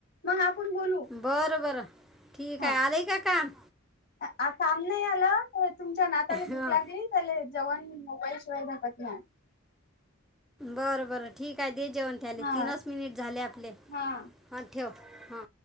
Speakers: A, on the left; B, in the centre.
A: मग आपण बोलू
B: बर, बरं, ठीक
A: हा
B: आहे आलय का काम?
A: आ काम नाही आल, तुमच्या नाताली भूक
B: हां
A: लागली त्याला जेवण मोबाईशिवायधकत नाही.
B: बर, बरं ठीक आहे दे. जेवन झाले
A: हा
B: तीनच मिनिट झाले आपले,
A: हा
B: ह ठेव ह.